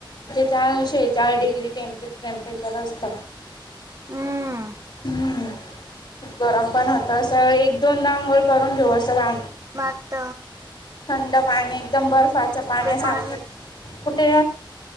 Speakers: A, on the left; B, on the right.
A: चारशे चार डग्री टे टेम्परेचर असत
B: हम्म
A: हम्म खूप गरम पण होत अस एक दोनदा अघळ करून घेऊ असं वा
B: भारत
A: थंड पाणी एकदम बर्फाच पाण्यासारखं
B: पाणी
A: कुठे